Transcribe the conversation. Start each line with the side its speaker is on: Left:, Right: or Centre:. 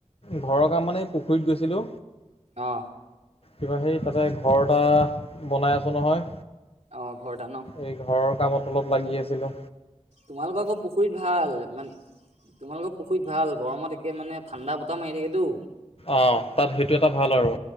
Left: ঘৰৰ কাম মানে পুখুৰীত গৈছিলো।
Right: অ
Left: কিবা সেই তাতে ঘৰ এটা বনাই আছ নহয়।
Right: অ' ঘৰটা ন।
Left: এই ঘৰৰ কামত অলপ লাগি আছিলে।
Right: তোমালোকৰ আকৌ পুখুৰীত ভাল মান- তোমালোকৰ পুখুৰীত ভাল গৰমত একে মানে ঠাণ্ডা বতাহ মাৰি থাকেতো।
Left: অ' তাত সেইটো এটা ভাল আৰু।